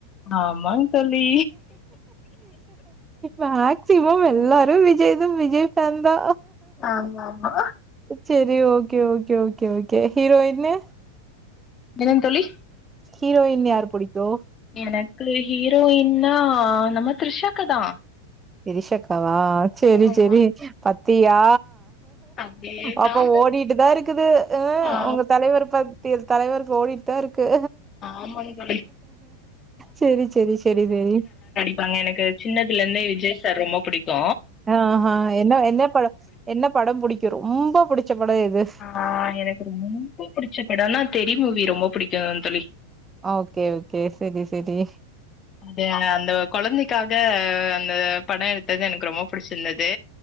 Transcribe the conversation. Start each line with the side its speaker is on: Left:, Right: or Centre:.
Left: ஆமாங் தோழி
Right: மேக்சிமம் எல்லாரு விஜய் து விஜய் ஃபேன் தா
Left: ஆமா ஆமா
Right: சேரி ஓகே ஓகே ஓகே ஓகே ஹீரோயின்னு
Left: என்னங் தோழி
Right: ஹீரோயின் யாரு புடிக்கு
Left: எனக்கு ஹீரோயின்னா நம்ம திருஷாக்காதா
Right: திரிஷாக்காவா செரி
Left: ஆமா.
Right: செரி பத்தியா
Left: அதே
Right: அப்ப
Left: தான்.
Right: ஓடிட்டுதா இருக்குது அ
Left: ஆ
Right: உங்க தலைவர பத்தி தலைவருக்கு ஓடிட்டு தா இருக்கு
Left: ஆமாங்க தோழி.
Right: செரி செரி செரி செரி
Left: நாங்க எனக்கு சின்னதுல இருந்தே விஜய் சார் ரொம்ப பிடிக்கு
Right: ஆ ஹ என்ன என்ன பட என்ன படம் புடிக்கு ரொம்ப புடிச்ச படொ எது
Left: ஆ எனக்கு ரொம்ப புடிச்ச படோனா தெரி மூவி ரொம்ப புடிக்கு தோழி
Right: ஆ ஓகே ஓகே செரி செரி
Left: அந்த அந்த கொழந்தைக்காக அந்த படொ எடுத்தது எனக்கு ரொம்ப புடிச்சிருந்தது